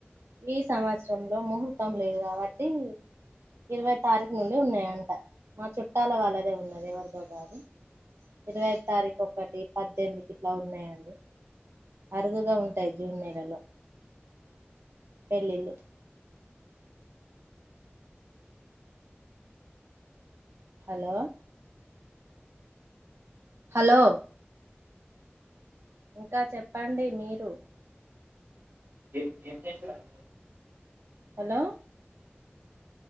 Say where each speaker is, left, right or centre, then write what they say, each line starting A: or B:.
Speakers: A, on the right; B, on the right.
A: ఈ సంవత్సరంలో ముహూర్తం లేదు కాబట్టి ఇరవై తారీకు నుండి ఉన్నాయంట మా చుట్టాల వాళ్ళదే ఉన్నది ఎవరిదో కాదు ఇరవై తారీకు ఒకటి పద్దెనిమిది ఇలా ఉన్నాయండి అరుదుగా ఉంటాయి జూన్ నెలలో పెళ్లిళ్లు హలో హలో ఇంకా చెప్పండి మీరు
B: ఏ ఏం చేస్తునారు మీరు
A: హలో